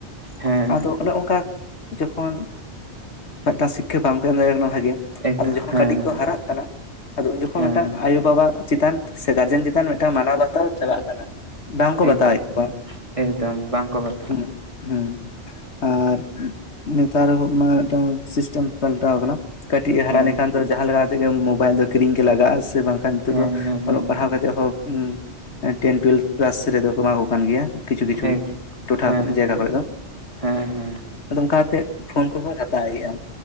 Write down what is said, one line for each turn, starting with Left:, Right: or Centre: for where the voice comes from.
Right: ᱦᱮᱸ
Left: ᱟᱫᱚ ᱚᱱᱮ ᱚᱱᱠᱟ ᱡᱚᱠᱷᱚᱱ ᱢᱤᱫᱴᱟᱝ ᱥᱤᱠᱷᱟᱹ ᱵᱟᱝ ᱠᱚ ᱮᱢ ᱫᱟᱲᱮ ᱟᱠᱚ ᱠᱟᱱᱟ ᱵᱷᱟᱜᱤ
Right: ᱮᱠᱫᱚᱢ
Left: ᱟᱫᱚ ᱡᱚᱠᱷᱚᱱ
Right: ᱦᱮᱸ
Left: ᱠᱟᱹᱴᱤᱡ ᱠᱚ ᱦᱟᱨᱟᱜ ᱠᱟᱱᱟ ᱟᱫᱚ ᱩᱱ ᱡᱚᱠᱷᱚᱱ
Right: ᱦᱮᱸ
Left: ᱢᱤᱫᱴᱟᱝ ᱟᱭᱳ ᱵᱟᱵᱟ ᱪᱮᱛᱟᱱ ᱥᱮ ᱜᱟᱨᱡᱮᱱ ᱪᱮᱛᱟᱱ ᱢᱤᱫᱴᱟᱝ ᱢᱟᱱᱟᱣ ᱵᱟᱛᱟᱣ ᱪᱟᱵᱟᱜ ᱠᱟᱱᱟ ᱵᱟᱝ ᱠᱚ
Right: ᱮᱠᱫᱚᱢ
Left: ᱵᱟᱛᱟᱣ <unintelligible> ᱮᱫ ᱠᱚᱣᱟ
Right: ᱮᱠᱫᱚᱢ ᱵᱟᱝᱠᱚ ᱵᱟᱛᱟᱣᱟ
Left: ᱦᱩᱸ ᱦᱩᱸ ᱟᱨ ᱱᱮᱛᱟᱨ ᱦᱚᱸ ᱢᱟ ᱢᱤᱫᱴᱟᱝ ᱥᱤᱥᱴᱮᱢ ᱯᱟᱞᱴᱟᱣ ᱟᱠᱟᱱᱟ ᱠᱟᱹᱴᱤᱡ ᱦᱟᱨᱟ
Right: ᱦᱮᱸ
Left: ᱞᱮᱱᱠᱷᱟᱱ ᱫᱚ ᱡᱟᱦᱟᱸ ᱛᱮᱜᱮ ᱢᱳᱵᱟᱭᱤᱞ ᱫᱚ ᱠᱤᱨᱤᱧ ᱜᱮ ᱞᱟᱜᱟᱜᱼᱟ ᱥᱮ ᱵᱟᱝᱠᱷᱟᱱ ᱱᱤᱛᱚᱜ
Right: ᱦᱮᱸ
Left: ᱫᱚ
Right: ᱦᱮᱸ
Left: ᱚᱞᱚᱜ
Right: ᱦᱮᱸ
Left: ᱯᱟᱲᱦᱟᱣ ᱠᱟᱛᱮᱜ ᱦᱚᱸ ᱴᱮᱱ ᱴᱩᱭᱮᱞᱵᱷ ᱠᱞᱟᱥ ᱨᱮᱫᱚ ᱠᱚ ᱮᱢᱟ ᱠᱚ ᱠᱟᱱ ᱜᱮᱭᱟ ᱠᱤᱪᱷᱩ ᱠᱤᱪᱷᱩ
Right: ᱮᱠᱫᱚᱢ
Left: ᱴᱚᱴᱷᱟ
Right: ᱦᱮᱸ
Left: ᱠᱚᱨᱮ ᱡᱟᱭᱜᱟ ᱠᱚᱨᱮᱜ ᱫᱚ
Right: ᱦᱮᱸ ᱦᱮᱸ
Left: ᱟᱫᱚ ᱚᱱᱠᱟ ᱠᱟᱛᱮᱫ ᱯᱷᱳᱱ ᱠᱚᱠᱚ ᱦᱟᱛᱟᱣᱮᱜᱼᱟ